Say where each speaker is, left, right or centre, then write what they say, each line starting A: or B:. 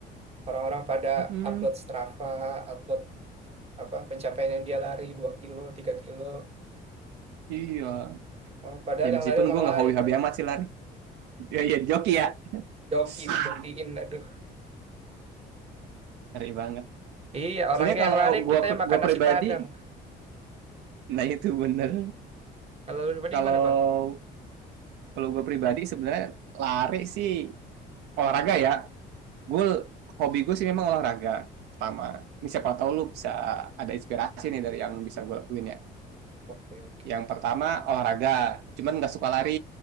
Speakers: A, on the right; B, on the right.
A: orang-orang pada
B: Mm-mm,
A: upload Strava, upload apa pencapaian yang dia lari 2 kilo, 3 kilo.
B: iya.
A: Eh, padahal
B: Ya
A: yang
B: meskipun
A: lari orang
B: gue nggak
A: lain
B: hobi-hobi
A: ya.
B: amat sih lari. Ya iya joki ya.
A: Joki
B: Ah,
A: dijokiin aduh.
B: Ngeri banget.
A: Iya, orangnya
B: Sebenarnya kalau
A: yang lari
B: gue
A: kita
B: per-
A: yang makan
B: gue
A: nasi
B: pribadi,
A: Padang.
B: nah itu bener.
A: Kalau lu pribadi
B: Kalau
A: gimana, Bang?
B: kalau gue pribadi sebenarnya lari sih olahraga ya. Gue hobi gue sih memang olahraga pertama. Ini siapa tahu lu bisa ada inspirasi nih dari yang bisa gue lakuin ya.
A: Oke, oke.
B: Yang pertama olahraga, cuman nggak suka lari.